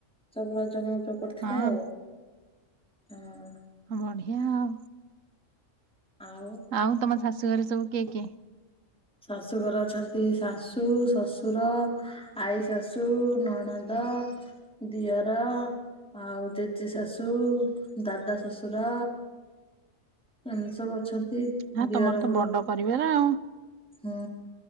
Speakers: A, in the centre; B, on the right.
A: ସବୁ ରଜମଉଜ କରିଥିଲେ
B: ହଁ
A: ଆଉ। ହଁ।
B: ହଁ ବଢିଆ ଆଉ।
A: ଆଉ।
B: ଆଉ ତମ ଶାଶୁଘରେ ସବୁ କିଏ କିଏ?
A: ଶାଶୁଘର ଅଛନ୍ତି ଶାଶୁ ଶଶୁର ଆଈ ଶାଶୁ ନଣଦ ଦିଅର ଆଉ ଜେଜେ ଶାଶୁ ଦାଦା ଶଶୁର ଆମେ ସବୁ ଅଛନ୍ତି।
B: ହ
A: ଦିଅର
B: ତମର ତ
A: ମୋର
B: ବଡ ପରିବାର ଆଉ।
A: ହୁଁ।